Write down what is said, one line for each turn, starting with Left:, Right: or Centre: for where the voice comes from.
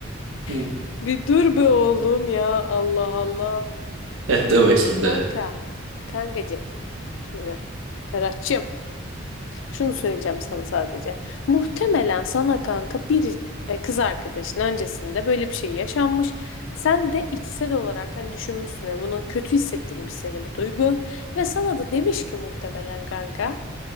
Right: Hı.
Left: <laughs> Bir dur be oğlum ya. Allah Allah.
Right: Eh, de bakayım
Left: Kanka,
Right: de.
Left: kankacığım şimdi Ferhat'cığım şunu söyleyeceğim sana sadece. Muhtemelen sana kanka bir e, kız arkadaşın öncesinde böyle bir şey yaşanmış. Sen de içsel olarak hani düşünmüşsün hani bunun kötü hissettirmiş seni bu duygu. Ve sana da demiş ki muhtemelen kanka